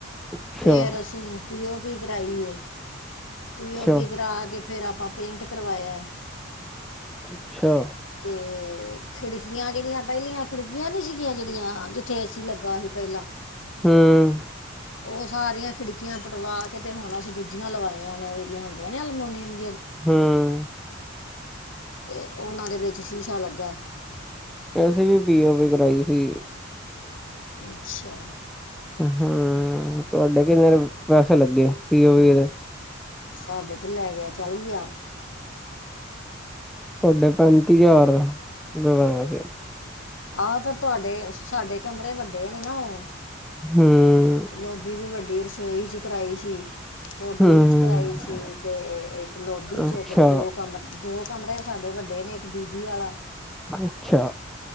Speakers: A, in the centre; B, on the left.
A: ਅੱਛਾ
B: ਫੇਰ ਅਸੀਂ ਪੀਓਪੀ ਕਰਵਾਈਏ ਪੀਓਪੀ
A: ਅੱਛਾ
B: ਕਰਾ ਕੇ ਫੇਰ ਆਪਾਂ ਪੇਂਟ ਕਰਵਾਇਆ ਹੈ।
A: ਅੱਛਾ।
B: ਹੂੰ। ਖਿੜਕੀਆਂ ਜਿਹੜੀਆਂ ਪਹਿਲੀਆਂ ਖਿੜਕੀਆਂ ਨੀ ਸੀਗੀਆਂ ਜਿਹੜੀਆਂ ਜਿੱਥੇ ਐਸੀਂ ਲੱਗਾ ਸੀ। ਪਹਿਲਾਂ
A: ਹਮ।
B: ਉਹ ਸਾਰੀਆਂ ਖਿੜਕੀਆਂ ਪਟਵਾ ਕੇ ਤੇ ਹੁਣ ਅਸੀਂ ਦੂਜੀਆਂ ਲਵਾਈਆਂ ਨੇ ਉਹ ਜਿਹਦੀਆਂ ਹੁੰਦੀਆਂ ਨੇ ਅਲਮੋਨੀਅਮ
A: ਹਮ।
B: ਅਤੇ ਉਹਨਾਂ ਦੇ ਵਿੱਚ ਸ਼ੀਸ਼ਾ ਲੱਗਾ ਏ।
A: ਅਸੀਂ ਵੀ ਪੀਓ ਵੀ ਕਰਾਈ ਸੀ
B: ਅੱਛਾ।
A: ਹਮ ਤੁਹਾਡੇ ਕਿੰਨੇ ਪੈਸੇ ਲੱਗੇ ਪੀਓ ਪੀ ਦੇ।
B: ਸਾਡੇ ਤੇ ਲੈ ਗਿਆ ਚਾਲੀ ਹਜ਼ਾਰ।
A: ਤੁਹਾਡੇ ਪੈਂਤੀ ਹਜ਼ਾਰ ਦਾ ਬਣਿਆ ਸੀ।
B: ਆਹੋ ਫੇਰ ਤੁਹਾਡੇ ਸਾਡੇ ਕਮਰੇ ਵੱਡੇ ਨੇ ਨਾ ਉਹ
A: ਹਮ
B: ਤੇ ਲੋਭੀ ਵੀ ਵੱਡੀ ਰਸੋਈ ਚ ਕਰਾਈ ਸੀ। ਤੇ ਉਹ ਗਲੀ
A: ਹਮ
B: ਚ ਕਰਾਈ ਸੀ ਤੇ ਇੱਕ ਲੋਬੀ ਚ
A: ਅੱਛਾ
B: ਤੇ ਦੋ ਕਮ ਦੋ ਕਮਰੇ ਸਾਡੇ ਵੱਡੇ ਨੇ ਇੱਕ ਬਬੀ ਵਾਲਾ। <inaudible>
A: ਅੱਛਾ।